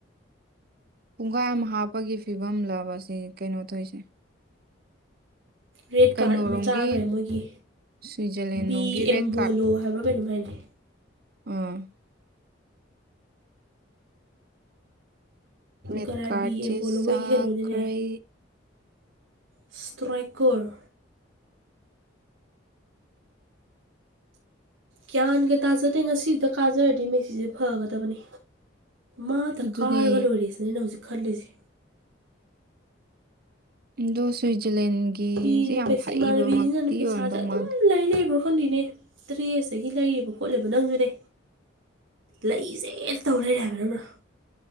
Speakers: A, on the right (about 50°); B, on the right (about 85°).
A: ꯄꯨꯡꯈꯥꯏ ꯑꯃ ꯍꯥꯞꯄꯒꯤ ꯐꯤꯕꯝꯂ ꯑꯁꯤ ꯀꯩꯅꯣ ꯇꯧꯔꯤꯁꯦ
B: ꯔꯦꯗ
A: ꯀꯩꯅꯣꯔꯣꯝꯒꯤ
B: ꯀꯥꯔꯠ ꯑꯃ ꯆꯥꯈꯔꯦ ꯃꯣꯏꯒꯤ
A: ꯁ꯭ꯋꯤꯖꯔꯂꯦꯟ
B: ꯕꯤ
A: ꯂꯣꯝꯒꯤ ꯔꯦꯠ
B: ꯑꯦꯝꯕꯣꯂꯣ ꯍꯥꯏꯕ꯭ꯔꯥ ꯀꯩꯅꯣꯝ ꯍꯥꯏꯅꯤ
A: ꯎꯝ ꯔꯦꯠ
B: ꯀꯔꯥꯏ
A: ꯀꯥꯔꯠꯁꯦ
B: ꯕꯤ ꯑꯦꯝꯕꯣꯂꯣ
A: ꯆꯥꯈ꯭ꯔꯦ
B: ꯃꯣꯏꯒꯤ ꯀꯩꯅꯣꯅꯤꯅꯦ ꯏꯁꯇ꯭ꯔꯥꯏꯀꯔ ꯒ꯭ꯌꯥꯟꯒ ꯇꯥꯖꯗꯦ ꯉꯁꯤꯁꯤꯗ ꯀꯥꯖꯔꯗꯤ ꯃꯦꯁꯤꯁꯦ ꯐꯒꯗꯕꯅꯤ ꯃꯥꯗ
A: ꯑꯗꯨꯅꯦ
B: ꯀꯥꯔꯒ ꯂꯣꯏꯔꯤꯁꯤꯅ ꯑꯩꯅ ꯍꯧꯖꯤꯛ ꯈꯜꯂꯤꯁꯦ
A: ꯑꯗꯣ ꯁ꯭ꯋꯤꯖꯔꯂꯦꯟꯒꯤꯁꯦ
B: ꯃꯤꯅ
A: ꯌꯥꯝ
B: ꯄꯩꯁꯥ
A: ꯍꯩꯕꯃꯛꯇꯤ
B: ꯏꯃꯥꯟꯅꯕꯤꯁꯤꯅꯅꯦ ꯄꯩꯁꯥꯁꯦ
A: ꯑꯣꯏꯔꯝꯗꯧ
B: ꯑꯗꯨꯝ
A: ꯃꯥꯟꯗꯦ
B: ꯂꯩ ꯂꯩꯕ꯭ꯔꯥ ꯈꯪꯗꯅꯦ ꯗꯔꯦꯁꯇꯒꯤ ꯂꯩꯔꯤꯕ ꯈꯣꯠꯂꯤꯕ ꯅꯪꯖꯨꯅꯦ ꯂꯩꯁꯦꯅ ꯇꯧ ꯂꯩꯔꯦ ꯍꯥꯏꯕ ꯅꯪꯅ